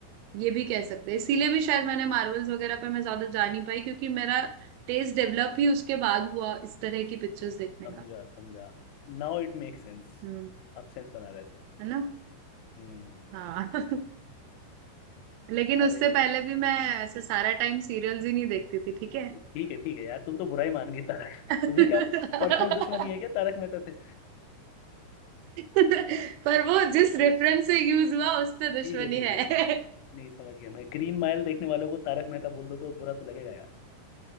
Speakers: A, on the right; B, on the left.
A: ये भी कह सकते हैं इसीलिए भी शायद मैंने मार्वल्स वगैरह पे मैं ज्यादा जा नहीं पाई क्योंकि मेरा टेस्ट डेवलप ही उसके बाद हुआ इस तरह की पिक्चर्स देखने
B: समझा
A: का
B: समझा नाउ इट मेक सेंस
A: हम्म
B: अब सेंस बना रहा है सब
A: है ना
B: हम्म
A: हाँ <laughs> लेकिन
B: अरे
A: उससे पहले भी मैं ऐसे सारा टाइम सीरियल्स ही नहीं देखती थी ठीक है
B: ठीक है ठीक है यार तुम तो बुरा ही मान गई तारक
A: <laughs>
B: तुम्हें क्या पर्सनल दुश्मनी है क्या तारक मेहता से
A: पर वो जिस रेफरेंस से यूज हुआ उससे दुश्मनी
B: ठीक है ठीक
A: है
B: है ठीक है नहीं समझ गया मैं ग्रीन माइल देखने वालों को तारक मेहता बोल दो तो बुरा तो लगेगा यार